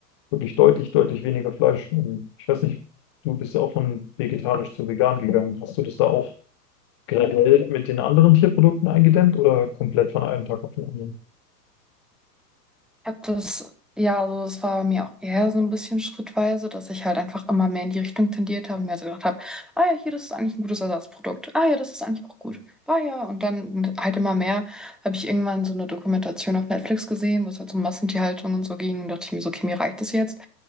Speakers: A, on the left; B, in the centre.
A: wirklich deutlich, deutlich weniger Fleisch. Und ich weiß nicht, du bist ja auch von vegetarisch zu vegan gegangen. Hast du das da auch graduell mit den anderen Tierprodukten eingedämmt oder komplett von einem Tag auf den anderen?
B: habe das, ja, also es war bei mir auch eher so ein bisschen schrittweise, dass ich halt einfach immer mehr in die Richtung tendiert habe und mir also gedacht habe, ah ja, hier, das ist eigentlich ein gutes Ersatzprodukt. Ah ja, das ist eigentlich auch gut. Ah ja, und dann halt immer mehr habe ich irgendwann so eine Dokumentation auf Netflix gesehen, wo es halt so um Massentierhaltung und so ging. Und dachte ich mir so, okay, mir reicht das jetzt.